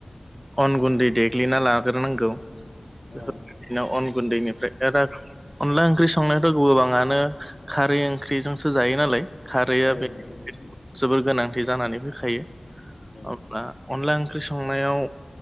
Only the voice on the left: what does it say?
औ
औ
नंगौ नोंथां
औ